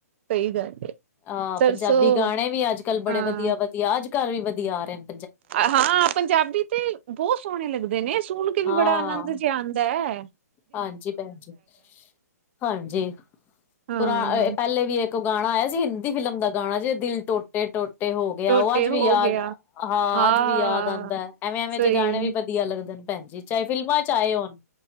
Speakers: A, on the right; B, on the left.
A: ਸਹੀ ਗੱਲ ਏ,
B: ਆ
A: ਸਰਸੋਂ
B: ਪੰਜਾਬੀ ਗਾਣੇ ਵੀ ਅੱਜ ਕੱਲ ਬੜੇ
A: ਹਾਂ,
B: ਵਧੀਆ ਵਧੀਆ ਅੱਜ ਕੱਲ ਵੀ ਵਧੀਆ ਆ ਰੇ ਨ
A: ਹਾਂ ਪੰਜਾਬੀ ਤੇ ਬਹੁਤ ਸੋਹਣੇ ਲੱਗਦੇ ਨੇ ਸੁਣ ਕੇ ਵੀ
B: ਹਾਂ
A: ਬੜਾ ਆਨੰਦ ਜਿਆ ਆਂਦਾ ਹੈ
B: ਹਾਂਜੀ ਭੈਣ ਜੀ ਹਾਂਜੀ
A: ਹਾਂ,
B: ਪੁਰਾ ਪਹਿਲੇ ਵੀ ਇੱਕ ਉਹ ਗਾਣਾ ਆਇਆ ਸੀ ਹਿੰਦੀ ਫਿਲਮ ਦਾ ਗਾਣਾ ਜੇ ਦਿਲ ਟੋਟ ਟੇ ਟੋਟੇ ਹੋ ਗਿਆ
A: ਟੋਟੇ
B: ਉਹ ਅੱਜ
A: ਹੋ
B: ਵੀ ਯਾਦ
A: ਗਿਆ।
B: ਹਾਂ
A: ਹਾਂ,
B: ਅੱਜ ਵੀ ਯਾਦ ਆਂਦੈ ਐਵੇਂ ਐਵੇਂ
A: ਸਹੀ
B: ਜੇ ਗਾਣੇ ਵੀ ਪਤ ਵਧੀਆ ਲੱਗਦੇ ਨੇ ਭੈਣ ਜੀ ਚਾਹੇ ਫਿਲਮਾਂ ਚ ਆਏ ਹੋਣ